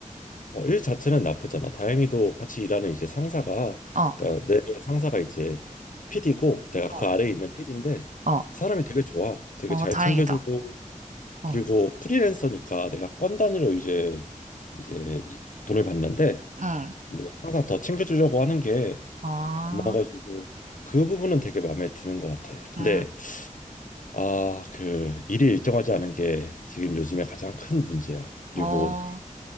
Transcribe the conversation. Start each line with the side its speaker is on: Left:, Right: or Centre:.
Left: 어, 일 자체는 나쁘잖아. 다행히도 같이 일하는 이제 상사가,
Right: 어,
Left: 그러니까 내 상사가 이제 PD고, 내가 그
Right: 어,
Left: 아래에 있는 PD인데,
Right: 어,
Left: 사람이 되게 좋아. 되게
Right: 어,
Left: 잘
Right: 다행이다.
Left: 챙겨주고,
Right: 어,
Left: 그리고 프리랜서니까 내가 건 단위로 이제 이제 이- 돈을 받는데
Right: 응.
Left: 근데 항상 더 챙겨주려고 하는 게
Right: 아,
Left: 고마워가지고 그 부분은 되게 마음에 드는 것 같아. 근데
Right: 음,
Left: 아 그 일이 일정하지 않은 게 지금 요즘에 가장 큰 문제야. 그리고
Right: 어,